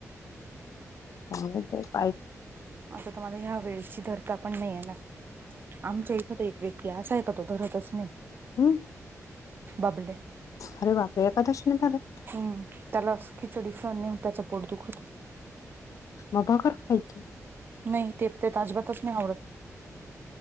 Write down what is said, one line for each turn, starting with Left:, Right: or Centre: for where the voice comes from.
Left: <unintelligible>
Right: आता तुम्हांला ह्या वेळेची धरता पण नाही येणार. आमच्या इथं तर एक व्यक्ती असा आहे का तो धरतच नाही.
Left: हम्म.
Right: बबल्या
Left: अरे बापरे एकादशीने झालं
Right: हम्म. त्याला अस खिचडी सहन नाही होत त्याच पोट दुखत.
Left: मग भगर खायची
Right: नाही तेप ते त अजिबातच नाही आवडत.